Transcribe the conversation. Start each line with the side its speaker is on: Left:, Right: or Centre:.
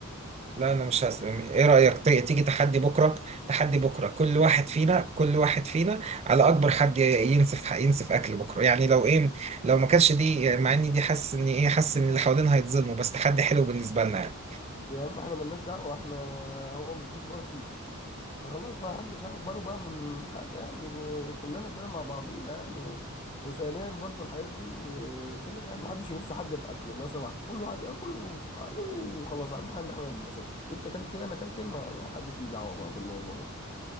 Right: لا انا مش هس... ايه رأيك تي- تيجي تحدي بكرة تحدي بكرة كل واحد فينا كل واحد فينا على اكبر حد ي- ينسف ينسف اكل بكرة يعني لو ايه لو ما كانش دي مع اني دي حاسس ان ايه حاسس ان اللي حوالينا هيتظلموا بس تحدي حلو بالنسبة لنا يعني
Left: يا عم احنا ملناش دعوه احنا هو مش ديش بارتي فخلاص ما حدش هياخد باله بقى من حاجة يعني كلنا كده مع بعضينا يعني و... وثانيا برضو الحاجات دي آه، كده يعني ما حدش يبص حد في اكله لو سمحت كل واحد ياكل في حاله وخلاص اهم حاجه ان احنا نتبسط انت اكلت ايه انا اكلت ايه ما ما حدش ليه دعوه بقى بالموضوع ده